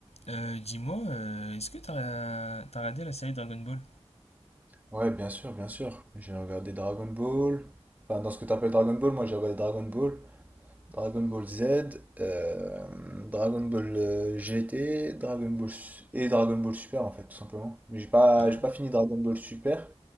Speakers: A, on the left; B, on the right.
A: Euh, dis-moi, euh, est-ce que t'as t'as regardé la série Dragon Ball?
B: Ouais, bien sûr, bien sûr. J'ai regardé Dragon Ball. Enfin, dans ce que tu appelles Dragon Ball, moi j'ai regardé Dragon Ball, Dragon Ball Z, euh, Dragon Ball euh, GT, Dragon Ball Su- et Dragon Ball Super en fait, tout simplement. Mais j'ai pas,
A: Ah,
B: j'ai pas fini Dragon Ball Super